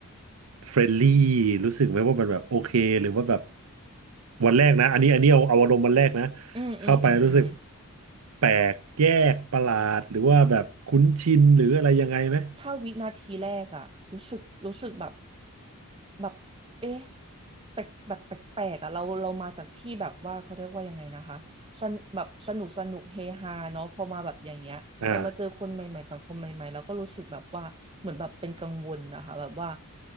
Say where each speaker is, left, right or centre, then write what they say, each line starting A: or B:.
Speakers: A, on the right; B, on the right.
A: เฟรนลี่รู้สึกไหมว่ามันแบบโอเคหรือว่าแบบวันแรกนะอันนี้อันนี้เอาเอาอารมณ์วันแรกนะ
B: อืมอืมอืมอืม
A: เข้าไปรู้สึกแปลกแยกประหลาดหรือว่าแบบคุ้นชินหรืออะไรยังไงไหม
B: ถ้าวินาทีแรกอะรู้สึกรู้สึกแบบแบบเอ๊ะแปลกแบบแปลกๆอะเราเรามาจากที่แบบว่าเขาเรียกว่ายังไงนะคะสนแบบสนุกสนุกเฮฮาเนาะพอมาแบบอย่างเงี้ยเรามาเจอคนใหม่ๆสังคมใหม่ๆเราก็รู้สึกแบบว่าเหมือนแบบเป็นกังวลนะคะแบบว่า
A: อ่า